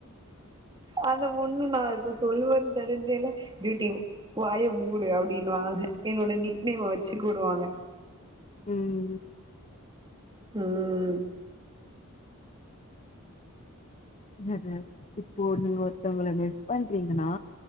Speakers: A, on the right (about 20°); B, on the left (about 30°).
A: அந்த ஒண்ணு நா இத சொல்லுவேன்னு தெரிஞ்சல தீட்டிவ் வாய மூடு அப்டின்னு வாங்க என்னோட நிக்னேமை வெச்சு கூப்டுவாங்க
B: ம்
A: ம்
B: அது இப்போ நீங்க ஒருத்தவங்கள மிஸ் பண்றீங்கன்னா